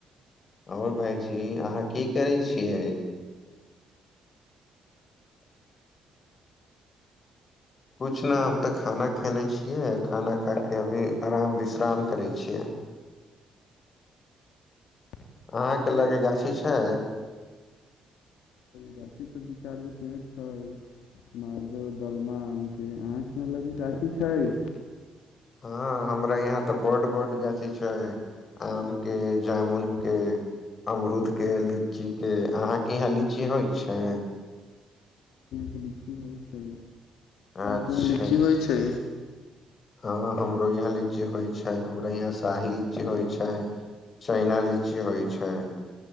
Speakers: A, on the left; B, on the left.
A: आओर भाईजी अहाँ की करै छियै किछ नहि हम तऽ खाना खेने छियै खाना खा के अभी आराम विश्राम करय छियै अहाँ के लगे गाछी छै
B: गाछी पर दू चार गो छै मो दलमा आम के आख लगी कशी छैय
A: हँ हमरा यहाँ तऽ बड्ड -बडु गाछी आम के जामुनक के अमरूद के लीची के अहाँके यहाँ लीची होइ छै
B: बेसी होइ छै
A: अच्छा
B: कि लीची होइ छै
A: हँ हमरो यहाँ लीची होइ छै हमरा यहाँ शाही लीची होइ छै चैना लीची होइ छै